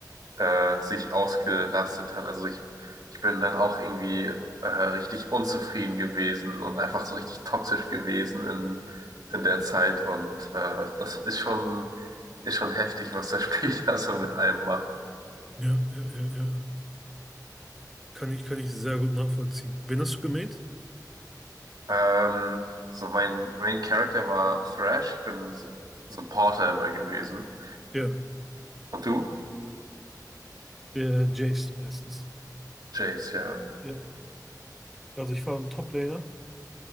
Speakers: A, on the right; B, in the centre.
A: äh, sich ausgelastet hat. Also ich, ich bin dann auch irgendwie äh, richtig unzufrieden gewesen und einfach so richtig toxisch gewesen in, in der Zeit. Und äh, das ist schon, ist schon heftig, was das Spiel <laughs> da so mit einem macht.
B: ja, ja, ja, ja. Kann ich, kann ich sehr gut nachvollziehen. Wen hast du gemäht?
A: Ähm, so mein mein Character war Thrash. Ich bin so, so ein Porter immer gewesen.
B: Ja,
A: Und du?
B: äh, Jace meistens.
A: Jace, ja.
B: Ja, also ich war ein Top-Laner.